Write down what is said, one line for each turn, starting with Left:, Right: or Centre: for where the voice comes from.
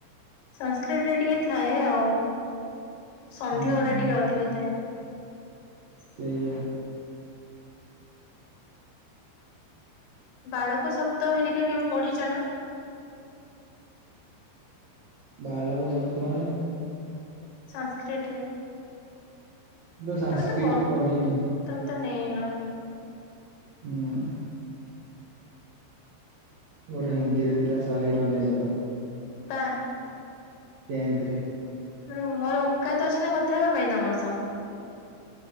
Left: ସଂସ୍କୃତରେ ଟିକେ ଥାଏ ଆଉ ସନ୍ଧୀ
Right: ହୁଁ
Left: ଗୁଡା ଟିକେ ଅଧିକ ଥାଏ।
Right: ସେଇଆ
Left: ବାଳକ ଶବ୍ଦ ହେରିକା କେବେ ପଢିଛ ନା।
Right: ବାଳକ ଶବ୍ଦ ମାନେ
Left: ସଂସ୍କୃତ ରେ
Right: ମୁଁ ତ ସଂସ୍କୃତ
Left: ତମେ ପଢ
Right: ପଢିନି
Left: ତମେ ତ ନେଇ ନ
Right: ହୁଁ। ମୋର ହିନ୍ଦୀରେ ଥିଲା ଶହେ ରୁ ଅନେଶତ।
Left: ବାଃ।
Right: ଟେନ୍ତରେ।
Left: ମନେ ମୋର ଓକାତ ଅଛି ନା କଥା ହେବା ପାଇଁ ତମ ସହ